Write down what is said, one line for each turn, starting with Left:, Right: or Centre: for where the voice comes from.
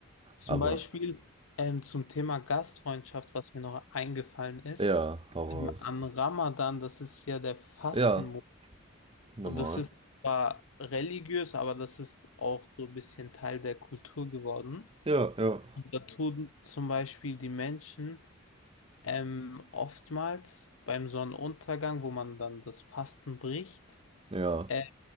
Left: Zum
Right: Aber,
Left: Beispiel ähm, zum Thema Gastfreundschaft, was mir noch eingefallen ist.
Right: ja, hau
Left: Im-
Right: raus.
Left: Am Ramadan, das ist ja der Fastenmonat.
Right: Ja, normal.
Left: Und das ist zwar religiös, aber das ist auch so ein bisschen Teil der Kultur geworden.
Right: Ja, ja.
Left: Und da Mhm. tun zum Beispiel die Menschen ähm, oftmals beim Sonnenuntergang, wo man dann das Fasten bricht,
Right: Ja.
Left: äh,